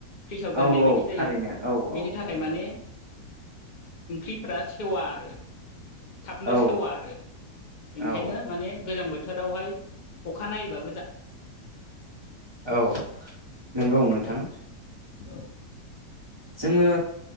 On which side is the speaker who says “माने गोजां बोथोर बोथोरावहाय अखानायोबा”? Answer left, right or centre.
Left